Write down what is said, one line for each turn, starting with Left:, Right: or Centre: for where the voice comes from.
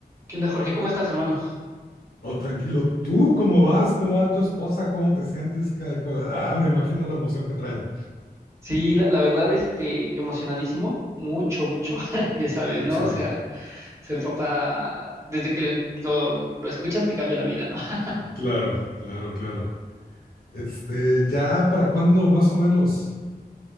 Right: ¿Qué onda, Jorge? ¿Cómo estás, hermano?
Left: Todo tranquilo. ¿Tú cómo vas? ¿Cómo va tu esposa? ¿Cómo te sientes? Ca- ca- Ah, me imagino la emoción que traen.
Right: Sí, la, la verdad, este, emocionadísimo, mucho, mucho, <laughs> ya sabes,
Left: Qué
Right: ¿no?
Left: chido.
Right: O sea, ser papá, desde que lo, en- lo- lo escuchas, te cambia la vida, ¿no? <laughs>
Left: Claro, claro, claro. Este, ¿ya para cuándo más o menos?